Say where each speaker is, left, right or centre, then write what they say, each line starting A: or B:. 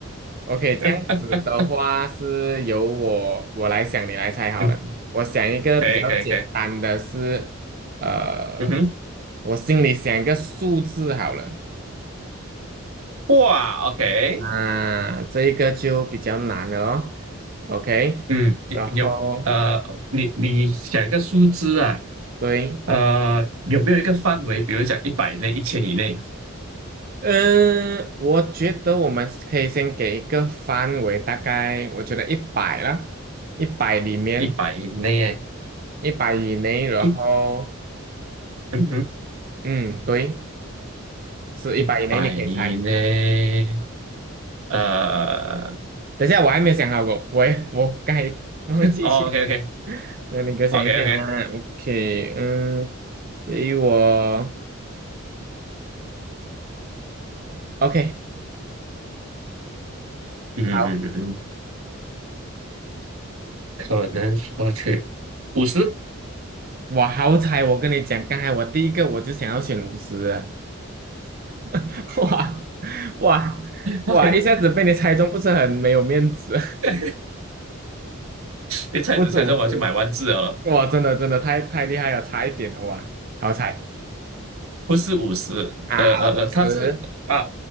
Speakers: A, on the right; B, on the right.
A: ，OK，这样子的话是由我我来想，
B: <laughs>
A: 你来猜好了。
B: 嗯，
A: 我想一个比较简单的是，
B: 可以可以可以，
A: 呃，
B: 嗯哼，
A: 我心里想一个数字好了，
B: 哇，OK，
A: 啊，这一个就比较难了哦，OK，
B: 嗯，你你有呃，
A: 然后
B: 你你想一个数字啊，
A: 对，
B: 呃，有没有一个范围？比如讲一百以内、一千以内、
A: 嗯，我觉得我们可以先给一个范围，大概我觉得一百啦，一百里面，
B: 一百以内，
A: 一百以内，然后
B: 一，嗯哼
A: 嗯，对，是一百以内，
B: 一百以内，
A: 你可以猜。
B: 呃，
A: 等一下，我还没有想好过，我也我该忘记去。
B: 哦，OK OK
A: <laughs> 那你给我想一下
B: OK OK，
A: o k 嗯，给我 OK，
B: 嗯嗯嗯嗯嗯
A: 好，
B: 可能说去五十
A: 我好彩，我跟你讲，刚才我第一个我就想要选五十，<laughs> 哇哇哇！
B: ，OK，
A: 一下子被你猜中，不是很没有面子，
B: <laughs>
A: <laughs>
B: 你猜着猜着我要去买万字哦，
A: 不止五十，哇，真的真的太太厉害了，差一点了哇，好猜
B: 不是五十，
A: 啊，
B: 呃呃呃，
A: 五十，
B: 它是啊，